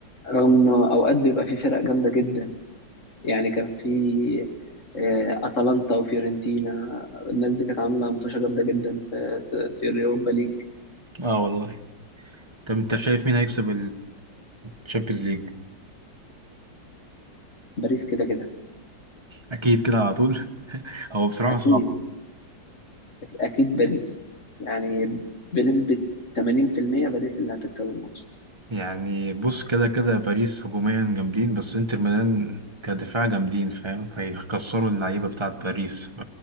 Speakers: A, on the left; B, on the right.
A: رغم انه اوقات بيبقى في فرق جامدة جدا يعني كان في آه، اتلانتا وفيورنتينا الناس دي كانت عاملة متوشة جامدة جدا في في في اليوروبا ليج
B: اه والله طب انت شايف مين هيكسب الشامبيونز ليج
A: باريس كده كده
B: اكيد كده على طول <laughs> هو بصراحة
A: اكيد
B: صعب
A: اكيد باريس يعني بنسبة 80% باريس اللي هتكسب الماتش
B: يعني بص كده كده باريس هجوميا جامدين بس انتر ميلان كدفاع جامدين فاهم فيكسروا اللعيبة بتاعت باريس ف...